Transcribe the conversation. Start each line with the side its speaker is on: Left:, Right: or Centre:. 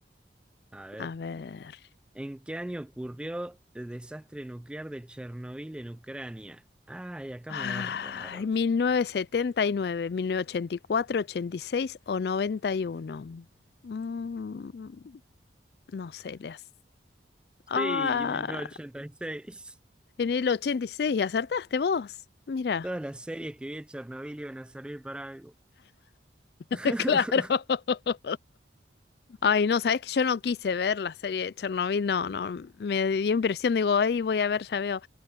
Centre: A ver.
Left: A ver.
Centre: ¿En qué año ocurrió el desastre nuclear de Chernobyl en Ucrania? Ay, acá
Left: Ay,
Centre: me agarraron.
Left: mil novecientos setenta y nueve, mil novecientos ochenta y cuatro, ochenta y seis o 91. Mm, no sé, las. Ah,
Centre: Sí, en mil novecientos ochenta y seis
Left: en el ochenta y seis acertaste vos. Mira.
Centre: Todas las series que vi de Chernobyl iban a servir para algo.
Left: <laughs>
Centre: <laughs>
Left: Claro. Ay, no, sabés que yo no quise ver la serie de Chernobyl, no, no, me dio impresión, digo, ahí voy a ver, ya veo.